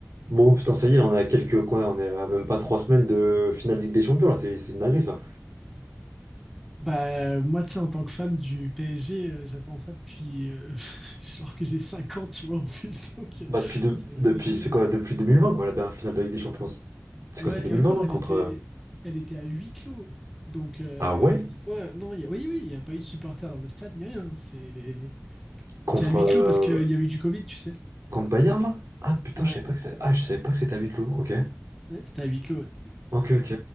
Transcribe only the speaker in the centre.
Bah, moi, tu sais, en tant que fan du PSG, euh, j'attends ça depuis euh, <laughs> genre que j'ai 5 ans, tu vois, en plus. <laughs> Donc, euh,
c'est vraiment
génial.
Ouais,
et encore,
elle
était,
elle était à huis clos. Donc, euh,
dis-toi, non, il y a, oui, oui, il n'y a pas eu de supporters dans le stade, ni rien. C'est
c'est à huis
clos parce qu'il y avait du Covid, tu sais.
Ouais,
ouais, c'était à huis clos. ouais.